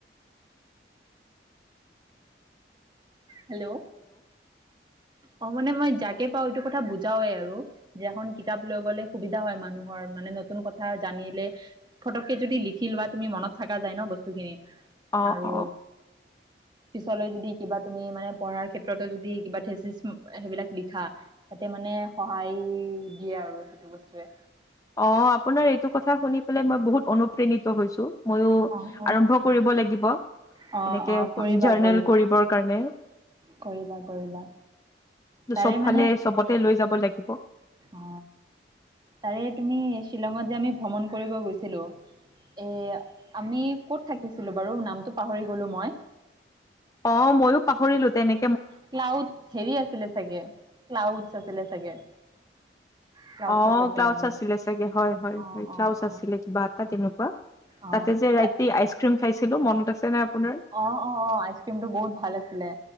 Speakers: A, on the right; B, on the left.
A: হেল্ল' অ মানে মই যাকে পাওঁ এইটো কথা বুজাৱে আৰু যে এখন কিতাপ লৈ গ'লে সুবিধা হয়। মানুহৰ মানে নতুন কথা জানিলে ফটককে যদি লিখি লোৱা। তুমি মনত থকা যায় ন বস্তুখিনি,
B: অ',
A: আৰু,
B: অ',
A: পিছলৈ যদি কিবা? তুমি মানে পঢ়াৰ ক্ষেত্ৰতে যদি কিবা থেচিচ সেইবিলাক লিখা তাতে মানে সহায় দিয়ে আৰু সেইটো বস্তুৱে।
B: অ আপোনাৰ এইটো কথা শুনি পেলাই মই বহুত অনুপ্ৰেণিত হৈছো। ময়ো
A: অ অ
B: আৰম্ভ কৰিব লাগিব।
A: অ',
B: এনেকে
A: অ',
B: এখন
A: কৰিবা,
B: জাৰ্নেল
A: কৰিবা,
B: কৰিবৰ কাৰণে।
A: কৰিবা, কৰিবা তাৰে
B: চব ফালে
A: মানে
B: চবতে লৈ যাব লাগিব।
A: অ তাৰে তুমি শ্বিলঙত যে আমি ভ্ৰমণ কৰিব গৈছিলো, এ আমি কত থাকিছিলো বাৰু? নামটো পাহৰি গলো মই।
B: অ ময়ো পাহৰিলো তেনে
A: ক্লাউড হেৰি আছিলে চাগে, ক্লাউডছ আছিলে চাগে। ক্লাউডছত
B: অ
A: আছিলো
B: ক্লাউছ
A: আমি
B: আছিলে চাগে হয় হয়
A: অ',
B: হয় ক্লাউচ
A: অ', অ',
B: আছিলে কিবা এটা তেনেকুৱা
A: অ',
B: তাতে যে
A: তা
B: ৰাতি আইচ ক্ৰীম খাইছিলো মনত আছে নে আপোনাৰ?
A: অ অ অ আইচক্ৰীমটো বহুত ভাল আছিলে